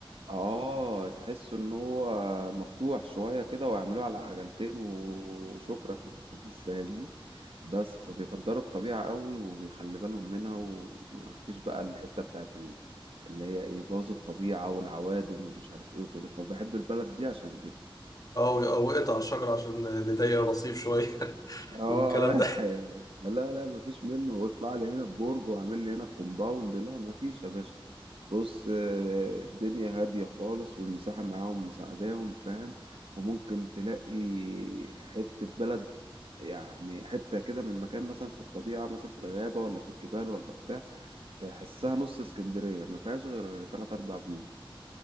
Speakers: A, on the right; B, on the left.
A: اه تحس ان هو مفتوح شوية كده ويعملوه على عجلتين وشكرا <laughs> فاهمني بس فبيقدروا الطبيعة قوي وبيخلي بالهم منها ومفيش بقى الحتة بتاعت ال- اللي هي ايه باظوا الطبيعة والعوادم ومش عارف ايه وكده فبحب البلد دي عشان كده
B: اه وقعت على الشجره عشان نضيق الرصيف شويه <laughs>
A: اه
B: والكلام
A: آه.
B: ده
A: لا لا مفيش منه واطلع لي هنا ببرج واعمل لي هنا الكومباوند لا مفيش يا باشا بص آه، الدنيا هادية خالص والمساحة معاهم مساعداهم فاهم وممكن تلاقي حتة بلد يعني حتة كده من مكان مثلا في الطبيعة مثلا في الغابة ولا في الجبال ولا بتاع تحسها نص اسكندرية ما فيهاش غير تلات أربع بيوت